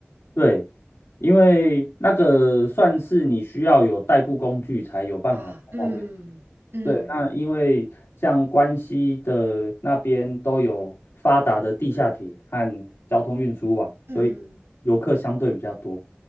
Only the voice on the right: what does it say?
啊，嗯嗯
嗯。
嗯